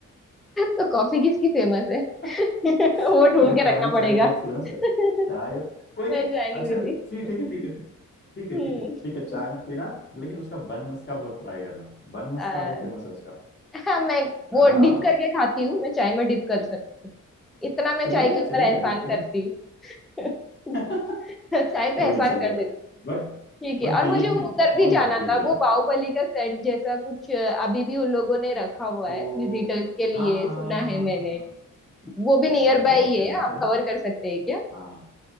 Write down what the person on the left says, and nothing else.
<laughs>
बट
वहाँ
की चाय
बहुत फेमस
है
चाय कोई नहीं
अच्छा
ठीक ठीक है ठीक है ठीक है
ठीक है ठीक है चाय में पीना लेकिन उसका बन मस्का बहुत ट्राई करना बन
मस्का
बहुत फेमस है उसका
हाँ
चलेगा
चलेगा
डिप
<laughs>
कोई
नहीं चलेगा
बट
बट
बिलीव
मी
बहुत
भीड़
रहती
है
तो
हाँ हाँ
हाँ
हाँ हाँ
हाँ हाँ
बहुत
बहुत
फेमस
है
हाँ हाँ